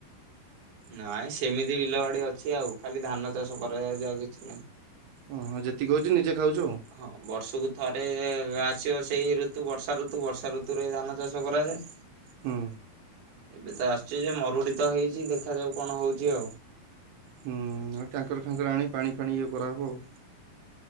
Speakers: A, on the right (about 65°); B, on the right (about 80°).
A: ନାଇଁ ସେମିତି ବିଲ ବାଡ଼ି ଅଛି ଆଉ ଖାଲି ଧାନ ଚାଷ କରାଯାଉଛି ଆଉ କିଛି ନାଇଁ।
B: ଓ ହଁ ଯେତିକି ହଉଛି ନିଜେ ଖାଉଛୁ ଆଉ।
A: ହଁ ବର୍ଷକୁ ଥରେ ଆସିବ ସେଇ ଋତୁ ବର୍ଷା ଋତୁ ବର୍ଷା ଋତୁରେ ଧାନ ଚାଷ କରାଯାଏ।
B: ହୁଁ।
A: ଏବେ ତ ଆସଛି ଯେ ମରୁଡ଼ି ତ ହେଇଚି ଦେଖା ଯାଉ କଣ ହୋଉଚି ଆଉ।
B: ହୁଁ ଆଉ ଟ୍ୟାଙ୍କର ଫାଙ୍କର ଆଣି ପାଣି ଫାଣି ଇଏ କରାହବଆଉ।